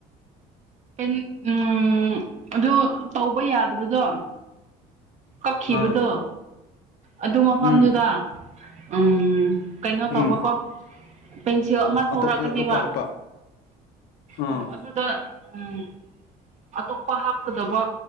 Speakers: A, on the right (about 45°); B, on the left (about 70°).
A: <unintelligible> ꯎꯝ ꯑꯗꯨ ꯇꯧꯕ ꯌꯥꯗꯕꯗꯣ ꯀꯛꯈꯤꯕꯗꯣ
B: ꯑꯥ
A: ꯑꯗꯨ ꯃꯐꯝꯗꯨꯗ
B: ꯎꯝ
A: ꯎꯝ ꯀꯩꯅꯣ
B: ꯎꯝ
A: ꯇꯧꯕꯀꯣ ꯄꯦꯟꯁꯤꯜ ꯑꯃ ꯊꯣꯔꯛꯀꯅꯤꯕ
B: ꯑꯇꯣꯞꯄ ꯑꯇꯣꯞꯄ ꯍꯥꯞꯄ ꯑꯥ
A: ꯑꯣ ꯑꯗꯨꯗ ꯎꯝ ꯑꯇꯣꯞꯄ ꯍꯥꯞꯀꯗꯕ